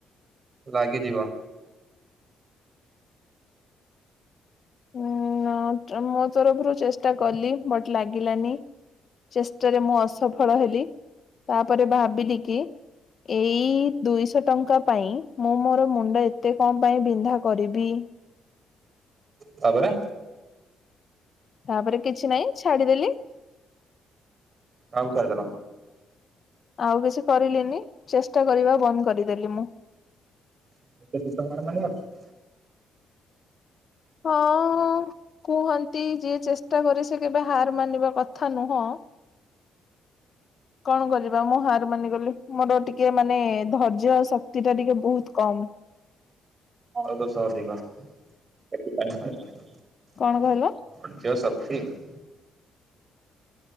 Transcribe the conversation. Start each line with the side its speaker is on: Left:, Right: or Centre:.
Right: ଲାଗିଯିବ।
Left: ଉଁ ନଟ୍ ମୋ ତରଫରୁ ଚେଷ୍ଟା କଲି ବଟ୍ ଲାଗିଲାନି। ଚେଷ୍ଟାରେ ମୁଁ ଅସଫଳ ହେଲି ତାପରେ ଭାବିଲି କି ଏଇ ଦୁଇଶ ଟଙ୍କା ପାଇଁ ମୁଁ ମୋର ମୁଣ୍ଡ ଏତେ କଁ ପାଇଁ ବିନ୍ଧା କରିବି।
Right: ତାପରେ।
Left: ତାପରେ କିଛି ନାଇଁ ଛାଡିଦେଲି।
Right: ଆଉ ତାର
Left: ଆଉ କିଛି କରିଲିନି ଚେଷ୍ଟା କରିବା ବନ୍ଦ କରିଦେଲି ମୁଁ
Right: <inaudible>
Left: ହଁ। କୁହନ୍ତି ଯିଏ ଚେଷ୍ଟା କରେ ସେ କେବେ ହାର ମାନିବା କଥା ନୁହଁ। କଣ କରିବା ମୁଁ ହାର ମାନିଗଲି ମୋର ଟିକେ ଏ ମାନେ ଧୈର୍ଯ୍ୟ ଆଉ ଶକ୍ତି ଟା ଟିକେ ଏ ବହୁତ କମ।
Right: ଆଳୁ ଦୋଷ ଅଧିକ ସେଥିପାଇଁ <inaudible>
Left: କଣ କହିଲ?
Right: <inaudible>